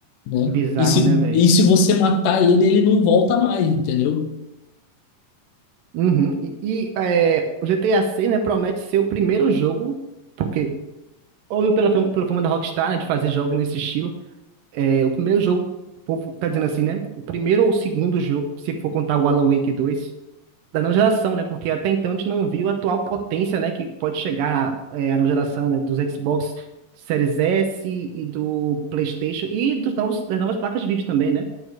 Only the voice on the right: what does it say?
que bizarro,
né, velho?
Uhum. E, e, é, o GTA VI, né, promete ser o primeiro jogo, porque, óbvio, pela, fam- pela fama da Rockstar, né, de fazer jogos nesse estilo, é, o primeiro jogo, o povo tá dizendo assim, né? O primeiro ou o segundo jogo, se for contar o Alan Wake dois da não geração, né? Porque até então a gente não viu a atual potência, né? Que pode chegar é, a não geração, né? Dos Xbox Series S e do PlayStation e dos novos, das novas placas de vídeo também, né?